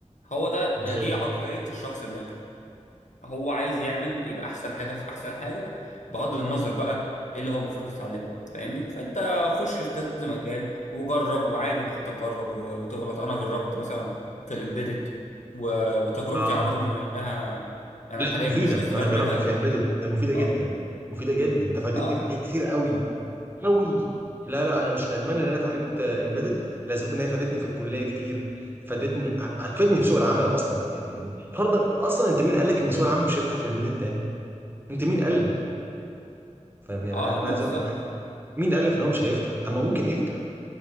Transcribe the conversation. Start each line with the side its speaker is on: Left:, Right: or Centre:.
Left: هو ده
Right: بالظبط
Left: ده دي عقلية الشخص الناجح هو عايز يعمل يبقى احسن حاجه في احسن حاجه بغض النظر بقى ايه اللي هو المفروض يتعلمه فاهمني فانت خش في كذا مجال وجرب وعادي انك تجرب و- وتغلط انا جربت مثلا في الامبيدد وتجربتي
Right: مم.
Left: على الرغم من انها انا
Right: لا
Left: حاليا
Right: مفيده
Left: مش هستفاد
Right: ما انا جربت
Left: منها
Right: في
Left: ك...
Right: الامبيدد ده مفيده جدا
Left: اه
Right: مفيده جدا ده فادتني
Left: اه
Right: في حاجات كتير قوي قوي لا لا انا مش ندمان ان انا اتعلمت امبيدد لاسباب ان هي فادتني في الكليه كتير فادتني هتفيدني في سوق العمل اصلا يعني فرضا اصلا انت مين قال لك ان سوق العمل مش هيفتح في الامبيدد تاني انت مين قال لك فاهم يعني
Left: اه
Right: انا انا
Left: ما
Right: عايز
Left: بالظبط
Right: افهم حاجه مين قال لك ان هو مش هيفتح طب ما هو ممكن يفتح